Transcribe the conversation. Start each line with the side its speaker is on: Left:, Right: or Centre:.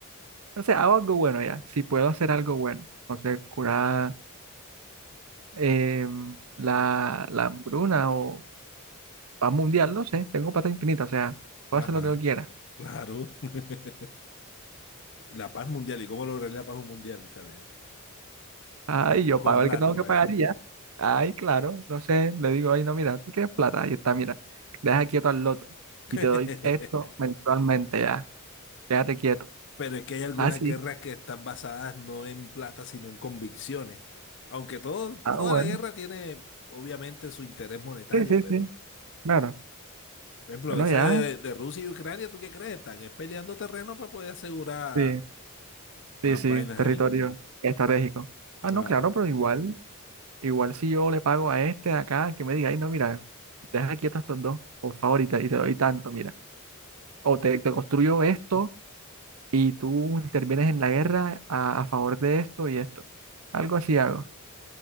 Right: no sé, hago algo bueno ya, si puedo hacer algo bueno. No sé, curar eh, la, la hambruna o paz mundial, no sé, tengo plata infinita, o sea, puedo
Left: Ajá,
Right: hacer lo que yo quiera.
Left: claro. <laughs> La paz mundial, ¿y cómo lograr la paz mundial? O sea, le-
Right: Ay,
Left: Con,
Right: yo
Left: con
Right: pago
Left: plata,
Right: el que tengo
Left: pa'
Right: que pagar
Left: ver.
Right: y ya. Ay, claro. No sé, le digo, ay, no, mira, tú quieres plata. Ahí está, mira. Deja quieto al otro.
Left: <laughs>
Right: Y te doy esto mensualmente ya. Quédate quieto.
Left: Pero es que hay algunas
Right: Ah, sí.
Left: guerras que están basadas no en plata, sino en convicciones. Aunque todo,
Right: Ah,
Left: toda
Right: bueno.
Left: la guerra tiene, obviamente, su interés monetario,
Right: Sí, sí,
Left: pero
Right: sí. Claro.
Left: Por ejemplo,
Right: Bueno,
Left: esa
Right: ya.
Left: de, de Rusia y Ucrania, ¿tú qué crees? Están es peleando terreno para poder asegurar
Right: Sí,
Left: más
Right: sí, sí.
Left: vainas
Right: Territorio
Left: ahí.
Right: estratégico.
Left: Claro.
Right: Ah, no, claro, pero igual, igual si yo le pago a este de acá, que me diga, ay, no, mira, deja quieto a estos dos, por favor, y te, y te doy tanto, mira. O te, te construyo esto y tú intervienes en la guerra a, a favor de esto y esto. Algo así hago.